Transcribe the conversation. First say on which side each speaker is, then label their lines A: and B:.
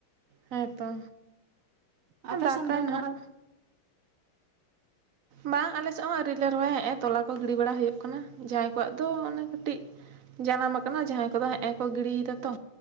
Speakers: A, on the right; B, on the right.
A: ᱦᱮᱸ ᱛᱚ
B: ᱟᱯᱮ
A: ᱫᱟᱠᱟᱭ
B: ᱥᱮᱱ ᱫᱚ
A: ᱱᱟᱦᱟᱸᱜ
B: ᱨᱚᱦᱚᱭ
A: ᱵᱟᱝ ᱟᱞᱮ ᱥᱮᱫ ᱦᱚᱸ ᱟᱹᱣᱨᱤ ᱞᱮ ᱨᱚᱦᱚᱭᱟ ᱦᱮᱸᱜᱼᱮ ᱛᱚᱞᱟ ᱠᱚ ᱜᱤᱲᱤ ᱵᱟᱲᱟ ᱦᱳᱭᱳᱜ ᱠᱟᱱᱟ ᱡᱟᱦᱟᱸᱭ ᱠᱚᱣᱟᱜ ᱫᱚ ᱚᱱᱮ ᱠᱟᱹᱴᱤᱡ ᱡᱟᱱᱟᱢ ᱠᱟᱱᱟ ᱡᱟᱦᱟᱸᱭ ᱠᱚᱫᱚ ᱦᱮᱸᱜᱼᱮ ᱠᱚ ᱜᱤᱲᱤᱭ ᱫᱟᱛᱚ